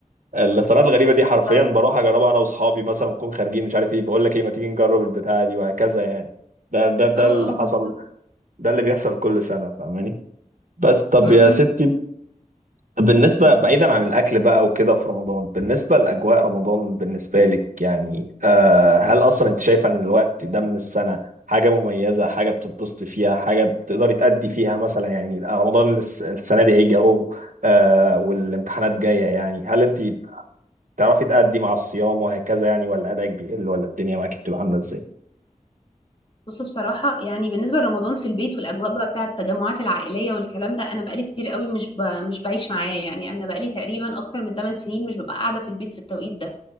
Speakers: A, on the right; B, on the left.
A: الاختراعات الغريبه دي حرفيا
B: بالظبط
A: بروح اجربها انا واصحابي مثلا نكون خارجين مش عارف ايه بقول لك ايه ما تيجي نجرب البتاعه دي وهكذا يعني ده ده ده
B: اه
A: اللي
B: اه
A: حصل
B: بالظبط
A: ده اللي بيحصل كل سنه فاهماني بس طب
B: مهم.
A: يا ستي بالنسبة بعيدا عن الأكل بقى وكده في رمضان بالنسبة لأجواء رمضان بالنسبة لك يعني آه، هل أصلا أنت شايفة إن الوقت ده من السنة حاجة مميزة حاجة بتتبسطي فيها حاجة بتقدري تأدي فيها مثلا يعني رمضان الس- السنة دي هيجي أهو آه، والامتحانات جاية يعني هل أنت بتعرفي تأدي مع الصيام وهكذا يعني ولا أدائك بيقل ولا الدنيا معاك بتبقى عاملة إزاي؟
B: بص بصراحة يعني بالنسبة لرمضان في البيت والأجواء بقى بتاعة التجمعات العائلية والكلام ده أنا بقالي كتير قوي مش ب... مش بعيش معاه يعني أنا بقالي تقريبا أكتر من 8 سنين مش ببقى قاعدة في البيت في التوقيت ده